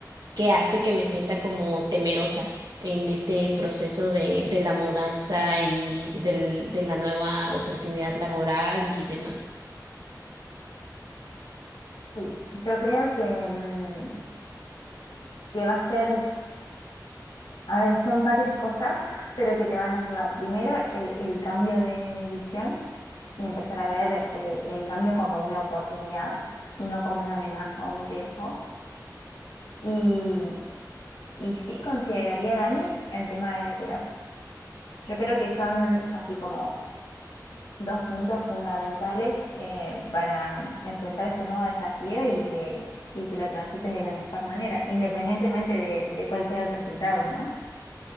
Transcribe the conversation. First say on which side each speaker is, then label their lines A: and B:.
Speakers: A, on the right; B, on the left.
A: que hace que me sienta como temerosa en este proceso de, de la mudanza y del, de la nueva oportunidad laboral y demás.
B: Sí, yo creo que, mm, que va a ser A ver, son varias cosas, pero que te van a ayudar. Primero, el, el cambio de visión y empezar a ver eh, el cambio como una oportunidad y no como una amenaza o un riesgo. Y, y sí consideraría, Dani, el tema de la terapia. Yo creo que son así como dos puntos fundamentales eh, para enfrentar este nuevo desafío y que, y que lo transites de la mejor manera, independientemente de, de cuál sea el resultado, ¿no?